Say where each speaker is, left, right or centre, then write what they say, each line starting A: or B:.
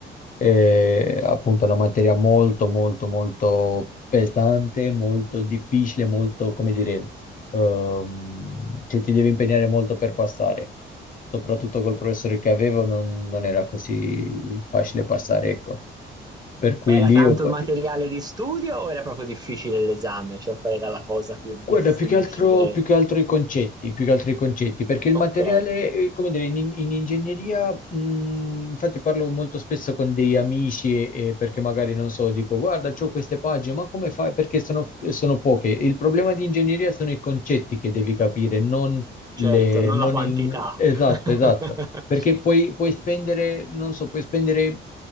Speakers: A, on the left (about 40°); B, on the right (about 20°).
A: È appunto una materia molto, molto, molto pesante, molto difficile, molto, come dire, ehm, cioè, ti devi impegnare molto per passare. Soprattutto col professore che avevo non non era così facile passare, ecco per cui
B: Beh, era
A: lì
B: tanto
A: ho patito.
B: il materiale di studio o era proprio difficile l'esame? Cioè, qual era la cosa più difficile?
A: Guarda, più che altro, più che altro i concetti, più che altro i concetti, perché il
B: Ok,
A: materiale, eh, come dire, in, in ingegneria, mh, infatti parlo molto spesso con degli amici, eh, perché magari non so, dico, guarda, c'ho queste pagine, ma come fai? Perché sono, sono poche. Il problema di ingegneria sono i concetti che devi capire, non
B: certo,
A: le-
B: non
A: non
B: la quantità.
A: il- esatto,
B: <laughs>
A: esatto, perché puoi, puoi spendere, non so, puoi spendere